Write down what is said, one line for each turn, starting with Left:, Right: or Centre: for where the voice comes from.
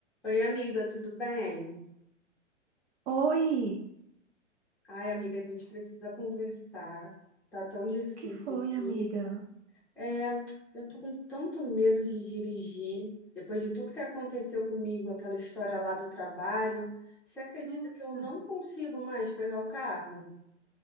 Centre: Oi, amiga, tudo bem?
Right: Oi,
Centre: Ai, amiga, a gente precisa conversar. Tá tão difícil
Right: que foi,
Centre: aqui.
Right: amiga?
Centre: É, eu tô com tanto medo de dirigir. Depois de tudo que aconteceu comigo, aquela história lá do trabalho, você acredita
Right: Nossa,
Centre: que eu não consigo mais pegar o carro?